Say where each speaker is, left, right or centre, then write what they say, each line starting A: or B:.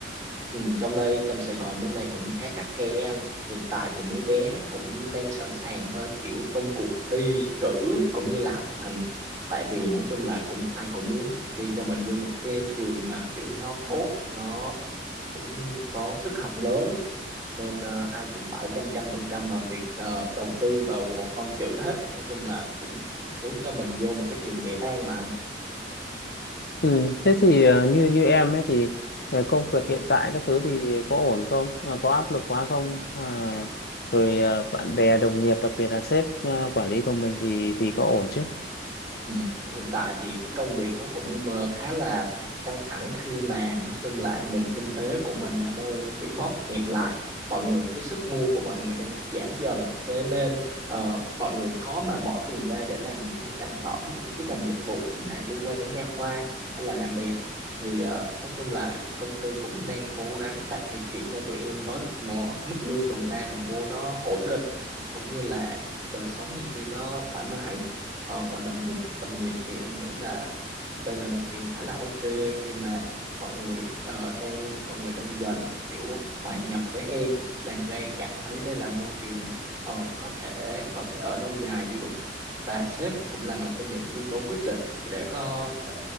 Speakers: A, on the right; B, on the left.
A: Ừ, trong đây trong Sài Gòn bên này cũng khá khắt khe anh hiện tại thì mấy bé nó cũng đang sẵn sàng với kiểu công cuộc thi cử cũng như là học hành tại vì nói chung là cũng ai cũng muốn thi cho mình vô một cái trường mà kiểu nó tốt nó cũng có sức học lớn nên ờ, ai cũng phải chăm chăm chăm chăm vào việc ờ, đầu tư vào con chữ hết nói chung là cũng muốn cho mình vô một cái trường vẻ vang mà
B: Ừ. Thế thì ờ, như như em ấy thì ờ, công việc hiện tại các thứ thì có ổn không? Ờ, có áp lực quá không? À, rồi ờ, bạn bè đồng nghiệp đặc biệt là sếp ờ, quản lý của mình thì thì có ổn chứ?
A: Ừ, hiện tại thì cái công việc nó cũng ờ, khá là căng thẳng khi mà nói chung là nền kinh tế của mình nó đang bị bóp hẹp lại mọi người cái sức mua của mọi người đang giảm dần thế nên ờ, mọi người khó mà bỏ tiền ra để làm những sản phẩm những cái ngành dịch vụ mà liên quan đến nha khoa hay là làm đẹp thì ờ, nói chung là công ty cũng đang cố gắng tạo điều kiện cho tụi em có được một mức lương đồng ra đồng vô nó ổn định cũng như là đời sống nhân viên nó thoải mái Ờ, còn đồng đồng nghiệp thì em nghĩ là đây là một chuyện khá là ok khi mà mọi người ờ, đang mọi người đang dần kiểu hòa nhập với em làm cho em cảm thấy đây là môi trường ờ, có thể có thể ở lâu dài được và sếp cũng là một trong những yếu tố quyết định để có thể